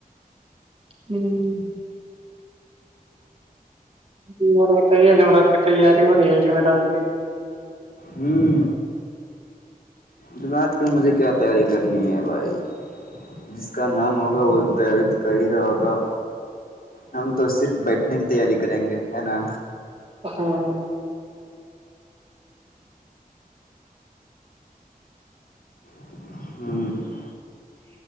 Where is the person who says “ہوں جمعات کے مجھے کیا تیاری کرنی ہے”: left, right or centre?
Left